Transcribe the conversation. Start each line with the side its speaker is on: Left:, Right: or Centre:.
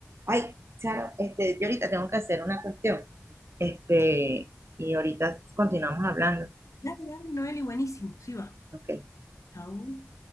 Right: Ay, Charo, este, yo ahorita tengo que hacer una cuestión, este, y ahorita continuamos hablando,
Left: Dale, dale, Noeli, buenísimo. Sí va.
Right: ¿ok?
Left: Chau.